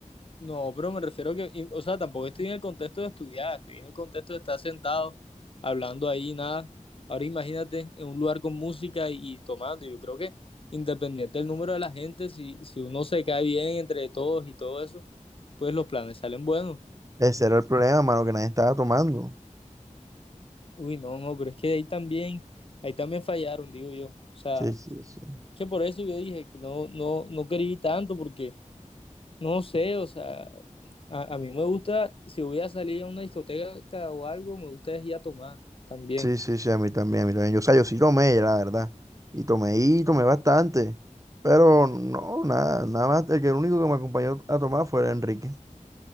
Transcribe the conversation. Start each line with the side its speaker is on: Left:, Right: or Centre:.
Left: No, pero me refiero que, y- o sea, tampoco estoy en el contexto de estudiar, estoy en el contexto de estar sentado hablando ahí, nada. Ahora imagínate en un lugar con música y, y tomando. Yo creo que independiente del número de la gente, si, si uno se cae bien entre todos y todo eso, pues los planes salen buenos.
Right: Ese era el problema, mano, que nadie estaba tomando.
Left: Uy, no, no, pero es que ahí también, ahí también fallaron, digo yo. O sea,
Right: Sí, sí, sí.
Left: que por eso yo dije que no, no, no quería ir tanto, porque no sé, o sea, a, a mí me gusta, si voy a salir a una discoteca o algo, me gusta es ir a tomar también.
Right: Sí, sí, sí, a mí también, a mí también. Yo, o sea, yo sí tomé, la verdad. Y tomé y tomé bastante. Pero no, nada, nada más. El que el único que me acompañó a tomar fue el Enrique.